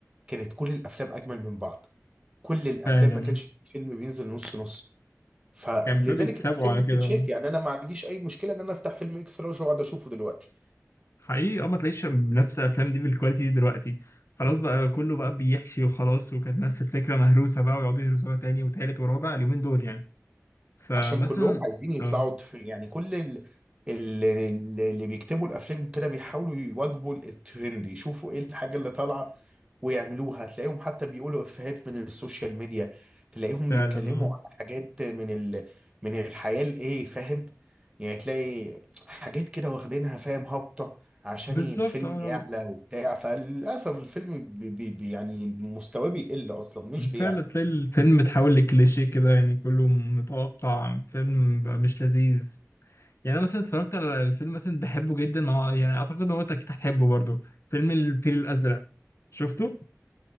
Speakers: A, on the right (about 20°); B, on the left (about 55°).
A: كانت كل الافلام اجمل من بعض كل الافلام
B: فعلا
A: ما كانش في فيلم بينزل نص نص فلذلك
B: كان فبيتسابقوا
A: الافلام
B: على
A: دي بتتشاف
B: كده
A: يعني انا ما عنديش اي مشكله ان انا افتح فيلم اكس لارج واقعد اشوفه دلوقتي
B: حقيقي اه ما تلاقيش منافسه الافلام دي بالكواليتي دي دلوقتي خلاص بقى كله بقى بيحشي وخلاص وكانت نفس الفكره مهروسه بقى ويقعدوا يهرسوها تاني وتالت ورابع اليومين دول يعني فمثلا
A: عشان كلهم عايزين يطلعوا
B: اه
A: ت- يعني كل ال... ال- ال- اللي بيكتبوا الافلام كده بيحاولوا يواجبوا الترند يشوفوا ايه الحاجه اللي طالعه ويعملوها تلاقيهم حتى بيقولوا افيهات من السوشيال ميديا تلاقيهم
B: فعلا
A: بيتكلموا
B: اه
A: على حاجات من ال... من الحياه الايه فاهم يعني تلاقي حاجات كده واخدينها فاهم هابطه عشان
B: بالظبط
A: الفيلم
B: اه
A: يعلى وبتاع فللاسف الفيلم بي... بي... بي- يعني مستواه بيقل اصلا مش بيعلى
B: فعلا تلاقي الفيلم اتحول لكليشيه كده يعني كله متوقع فيلم بقى مش لذيذ يعني انا مثلا اتفرجت على الفيلم مثلا بحبه جدا ما هو يعني اعتقد ان هو انت اكيد هتحبه برضه فيلم الفيل الازرق شفته